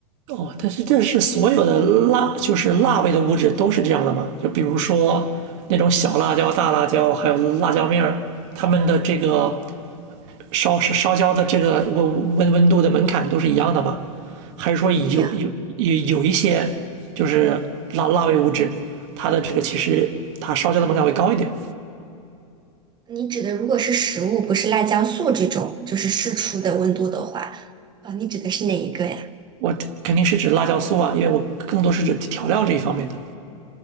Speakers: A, on the right; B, on the right.
A: 哦，但是这是所有的辣，就是辣味的物质都是这样的吗？就比如说那种小辣椒、大辣椒，还有辣椒面儿，它们的这个烧烧焦的这个温温温度的门槛都是一样的吗？还是说有有有有一些就是辣辣味物质，
B: 不一样。
A: 它的这个其实它烧焦的门槛会高一点？
B: 你指的如果是食物，不是辣椒素这种，就是试出的温度的话，啊、你指的是哪一个呀？
A: 我肯定是指辣椒素啊，因为我更多是指调料这一方面的。